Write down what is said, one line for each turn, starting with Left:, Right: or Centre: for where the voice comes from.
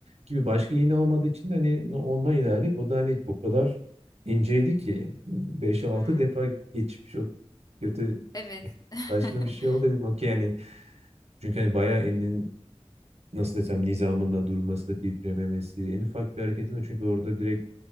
Right: Gibi başka iğne olmadığı için de hani no, ondan ilerledik. O da hani o kadar inceydi ki beş altı
Left: Hmm.
Right: defa geçip çok kötü
Left: Evet. <laughs>
Right: saçma bir şey oldu dedim. Okey yani. Çünkü hani bayağı elinin nasıl desem nizamında durması, titrememesi, en ufak bir hareketinde çünkü orada direkt